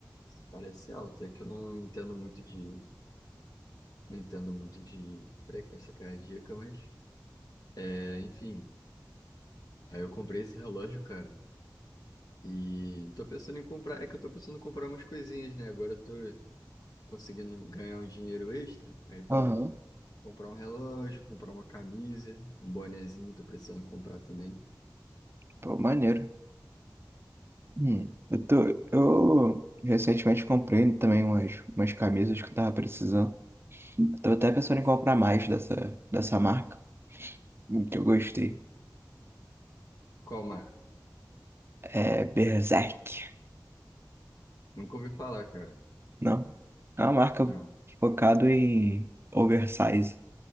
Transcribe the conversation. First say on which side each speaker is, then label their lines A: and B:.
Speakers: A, on the left; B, on the right.
A: parece alta, é que eu não entendo muito de, não entendo muito de frequência cardíaca, mas é, enfim. Aí eu comprei esse relógio, cara. E tô pensando em comprar, é que eu tô pensando em comprar umas coisinhas, né? Agora eu tô conseguindo ganhar um dinheiro extra. Aí, pô,
B: Aham,
A: comprar um relógio, comprar uma camisa, um bonezinho, tô precisando comprar também.
B: pô, maneiro. Hum, eu tô, eu recentemente comprei também umas, umas camisas que eu tava precisando. Eu tava até pensando em comprar mais dessa, dessa marca, um que eu gostei.
A: Qual marca?
B: É Berserk.
A: Nunca ouvi falar, cara.
B: Não, é uma marca
A: Não.
B: focada em oversize,